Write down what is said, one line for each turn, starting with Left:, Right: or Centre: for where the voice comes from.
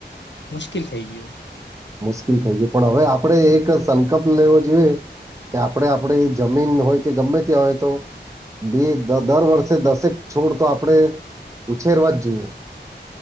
Left: મુશ્કેલ થઈ ગયું.
Right: મુશ્કેલ થઈ ગયું પણ હવે આપડે એક સંકલ્પ લેવો જોઈએ કે આપણે આપણે જમીન હોય કે ગમે ત્યાં હોય તો બેી દર વર્ષે દસેક છોડ તો આપડે ઉછેરવા જ જોઈએ.